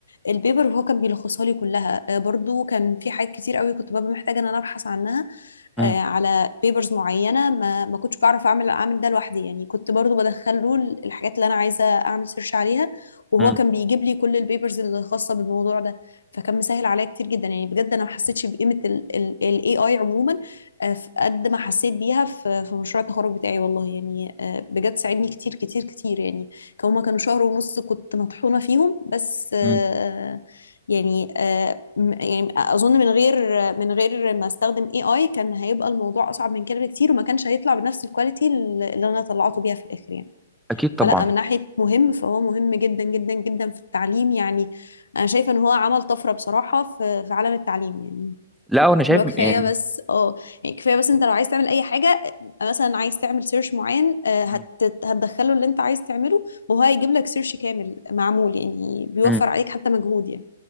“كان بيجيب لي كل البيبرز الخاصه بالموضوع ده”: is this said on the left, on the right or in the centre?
Left